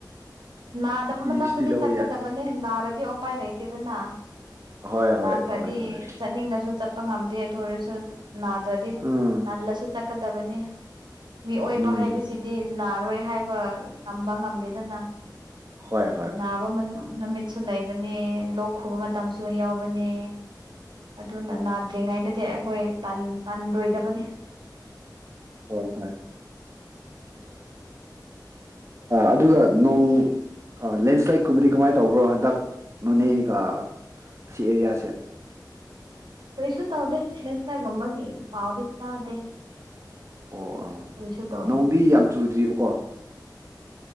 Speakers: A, on the right; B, on the right.
A: ꯅꯥꯗꯕ
B: ꯅꯨꯡꯇꯤꯒꯤ
A: ꯃꯇꯝꯗꯗꯤ
B: ꯁꯨꯇꯤ ꯂꯧꯕ
A: ꯆꯠꯀꯗꯕꯅꯦ
B: ꯌꯥꯗꯦ
A: ꯅꯥꯔꯗꯤ ꯎꯄꯥꯏ ꯂꯩꯇꯦꯗꯅ
B: ꯍꯣꯏ ꯍꯣꯏ
A: ꯅꯥꯈ꯭ꯔꯗꯤ
B: ꯇꯧꯋꯦ ꯇꯧꯋꯦ
A: ꯆꯠꯅꯤꯡꯂꯁꯨ ꯆꯠꯄ ꯉꯝꯗꯦ ꯑꯗꯨ ꯑꯣꯏꯔꯁꯨ ꯅꯥꯗ꯭ꯔꯗꯤ
B: ꯎꯝ
A: ꯇꯜꯂꯁꯨ ꯥꯛꯀꯗꯕꯅꯤ ꯃꯤꯑꯣꯏꯕ
B: ꯎꯝ
A: ꯍꯥꯏꯕꯁꯤꯗꯤ ꯅꯥꯔꯣꯏ ꯍꯥꯏꯕ ꯇꯝꯕ ꯉꯝꯗꯦꯗꯅ
B: ꯍꯣꯏ ꯍꯣꯏ
A: ꯅꯥꯕ ꯅꯨꯃꯤꯠꯁꯨ ꯂꯩꯕꯅꯦ ꯂꯣꯛ ꯈꯨꯕ ꯃꯇꯝꯁꯨ ꯌꯥꯎꯕꯅꯦ ꯑꯗꯨꯅ ꯅꯥꯗ꯭ꯔꯤꯉꯩꯗꯗꯤ ꯑꯩꯈꯣꯏ ꯇꯟꯔꯣꯏꯗꯕꯅꯤ
B: ꯍꯣꯏ ꯍꯣꯏ ꯑꯗꯨꯒ ꯅꯣꯡ ꯑ ꯂꯦꯟꯁ꯭ꯂꯥꯏꯠ ꯀꯨꯝꯕꯗꯤ ꯀꯃꯥꯏꯅ ꯇꯧꯕ꯭ꯔꯣ ꯍꯟꯗꯛ ꯅꯣꯅꯦꯒ ꯑꯁꯤ ꯑꯦꯔꯤꯌꯥꯁꯦ
A: ꯀꯔꯤꯁꯨ ꯇꯧꯗꯦꯁꯥꯒꯨꯝꯕꯒꯤ ꯄꯥꯎꯗꯤ ꯇꯥꯗꯦ
B: ꯑꯣ
A: ꯀꯔꯤꯁꯨ ꯇꯧꯗꯦ
B: ꯅꯣꯡꯗꯤ ꯌꯥꯝ ꯆꯨꯗ꯭ꯔꯤꯕꯀꯣ